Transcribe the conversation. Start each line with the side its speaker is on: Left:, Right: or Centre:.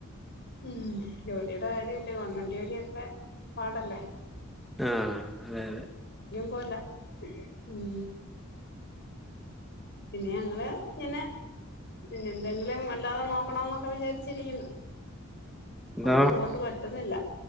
Left: ഉം ജോലിയുടെ കാര്യല്ലേ ഗവൺമെന്റ് ജോലിയൊക്കെ പാടല്ലേ
Centre: ആഹ അതെ അതെ
Left: പോല ഉം പിന്നെ ഞങ്ങള് ഇങ്ങനെ പിന്നെ എന്തെങ്കിലും വല്ലാതെ നോക്കണോന്നൊക്കെ വിചാരിച്ചിരിക്കുന്നു
Centre: എന്താ
Left: ഒന്നും അങ്ങോട്ട് പറ്റുന്നില്ല